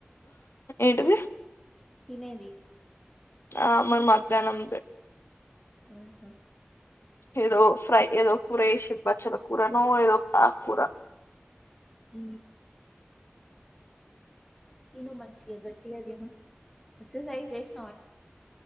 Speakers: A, on the left; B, in the centre.
A: ఏంటిది
B: తినేది
A: ఆ మరి మధ్యాహ్నంంది
B: ఆహా
A: ఏదో ఫ్రై ఏదో కూర ఏషి బాచల కూరనుో ఏదో ఆకూర
B: ఊ తను మంచించిియా గట్టిగాదిమ ఎక్సర్సైజ వష్